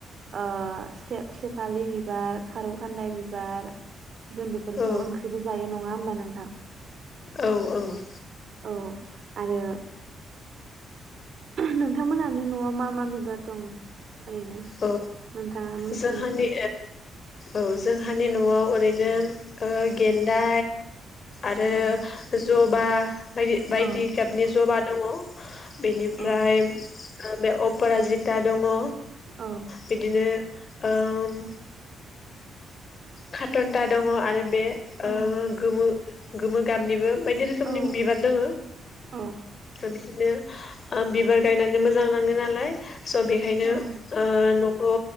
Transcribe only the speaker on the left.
औ
औ औ।
औ
जोंहानि
औ जोंहानि न'आव ओरैनो ओ गेन्दा आरो
जबा बायदि बायदि
गाबनि ज'बा दङ। बेनिफ्राय
बे अपराजिता दङ।
बिदिनो ओम खाटनथा दङ आरो बे ओ
गोमो गोमो गाबनिबो बायदि रोखोमनि
बिबार दोङो।
बिदिनो ओ बिबार गायनानै मोजां नाङो नालाय स' बेखायनो
ओ न खौ